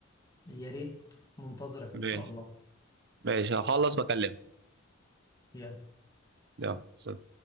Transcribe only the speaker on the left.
يا ريت منتظرك
إن شاء الله
يلا